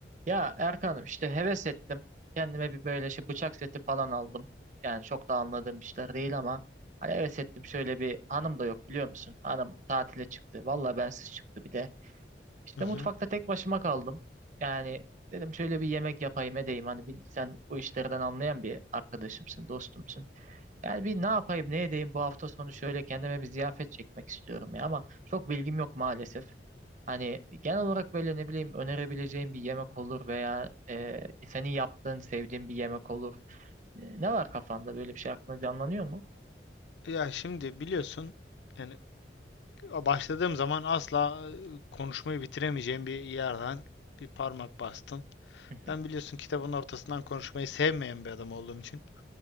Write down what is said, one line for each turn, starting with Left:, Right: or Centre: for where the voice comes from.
Right: Ya Erkan'ım işte heves ettim. Kendime bir böyle şey bıçak seti falan aldım. Yani çok da anladığım işler değil ama hani heves ettim. Şöyle bir hanım da yok biliyor musun? Hanım tatile çıktı. Valla bensiz çıktı bir de. İşte
Left: Hı hı.
Right: mutfakta tek başıma kaldım. Yani dedim şöyle bir yemek yapayım edeyim. Hani bil- sen bu işlerden anlayan bir arkadaşımsın, dostumsun. Yani bir ne yapayım ne edeyim bu hafta sonu şöyle kendime bir ziyafet çekmek istiyorum ya ama çok bilgim yok maalesef. Hani genel olarak böyle ne bileyim önerebileceğim bir yemek olur veya e, senin yaptığın sevdiğin bir yemek olur. E, ne var kafanda böyle bir şey aklına canlanıyor mu?
Left: Ya şimdi biliyorsun yani başladığım zaman asla e, konuşmayı bitiremeyeceğim bir yerden bir parmak bastın.
Right: Hı hı,
Left: Ben biliyorsun kitabın ortasından konuşmayı sevmeyen bir adam olduğum için